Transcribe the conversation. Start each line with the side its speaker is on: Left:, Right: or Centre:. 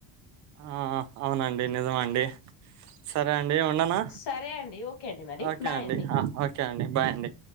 Right: ఆ అవునండి నిజమండి సరే అండి ఉండనా
Left: సరే అండి ఓకే అండి మరి
Right: ఓకే
Left: బాయ్
Right: అండి ఆ ఓకే అండి బాయ్ అండి